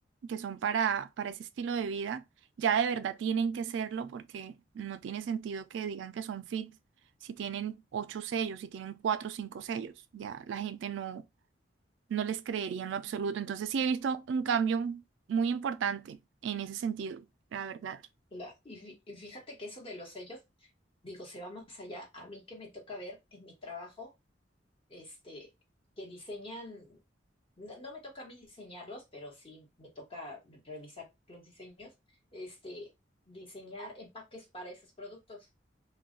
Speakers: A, on the right (about 75°); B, on the left (about 30°).
A: que son para, para ese estilo de vida, ya de verdad tienen que serlo porque no tiene sentido que digan que son fit si tienen ocho sellos, si tienen cuatro o cinco sellos. Ya la gente no, no les creería en lo absoluto. Entonces sí he visto un cambio muy importante en ese sentido, la verdad.
B: La- y fí- y fíjate que eso de los sellos, digo, se va más allá. A mí que me toca ver en mi trabajo, este, que diseñan, no, no me toca a mí diseñarlos, pero sí me toca revisar los diseños, este, diseñar empaques para esos productos.